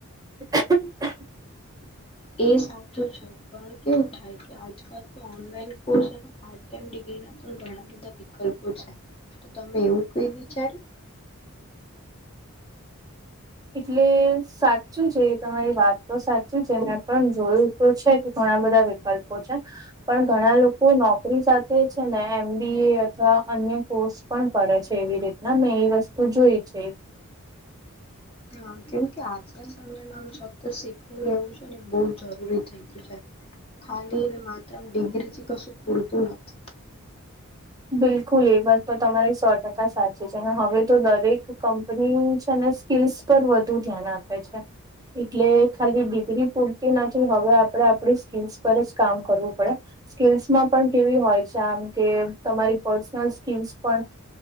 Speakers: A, on the right; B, on the left.
A: <inaudible>
B: એ સાચું છે પણ કેવું થાય કે આજકાલ તો ઓનલાઈન કોર્સ પાટાઈમ ડિગ્રી ના પણ ઘણા બધા વિકલ્પો છે તો તમે એવું કઈ વિચારે?
A: એટલે સાચું છે, એ તમારી વાત તો સાચી છે ને પણ જોયું તો છે કે ઘણા બધા વ્યક્તિ ગલ્પો છે. પણ ઘણા લોકો નોકરી સાથે છે, ને એમ બી એ અથવા અન્ય કોર્સ પણ પડે છે એવી રીતના મેં એ વસ્તુ જોઈ છે.
B: હા કેમ કે આજના સમયમાં આમ સત શીખવું રહવું છે ને બહ જરૂરી થઈતું છે. ખાલી ને માત્ર ડિગ્રી થી કશું પૂરતું નથી.
A: બિલકુલ એ બસ તો તમારી સો ટકા સાચી છે, હવે તો દરેક કંપની છે ને સ્કીલ્સ પર વધુ ધ્યાન આપે છે. એટલે ખાલી ડિગ્રી પૂરતી ના હવે આપે આપડી સ્કીલ્સ પર જ કામ કરવું પડે. સ્કીલ્સમાં પણ કેવી હોય છે આમ કે તમારી પર્સનલ સ્કીલ્સ પણ